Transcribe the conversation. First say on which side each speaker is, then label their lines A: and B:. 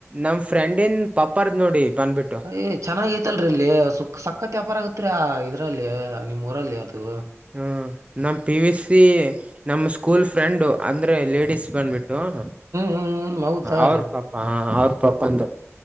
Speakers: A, on the right; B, on the right.
A: ನಮ್ ಫ್ರೆಂಡ್ ಇಂದ ಪಪ್ಪರ್ದ್ ನೋಡಿ ಬಂದ್ಬಿಟ್
B: ಅ ಏ ಚೆನ್ನಾಗ ಐತಲ್ರಿ ಇಲ್ಲಿ ಸುಕ್ ಸ ಸಕ್ಕತ್ ವ್ಯಾಪಾರ ಆಗತ್ರಿ ಆ ಇದ್ರಲ್ಲಿ ನಿಮ್ಮ್ ಊರಲ್ಲಿ ಅದು.
A: ಹ್ಮ ನಮ್ಮ ಪಿ ವಿ ಸಿ ನಮ್ಮ ಸ್ಕೂಲ್
B: ಹ್ಮ್
A: ಫ್ರೆಂಡು ಅಂದ್ರೆ ಲೇಡಿಸ್ ಬಂದ್ಬಿಟ್ಟು ಹ
B: ಹ್ಮ್ ಹೌದಾ
A: ಅವ್ರ
B: ರೀ
A: ಪಪ್ಪಾ ಹಾ ಅವ್ರ ಪಪ್ಪಾಂದು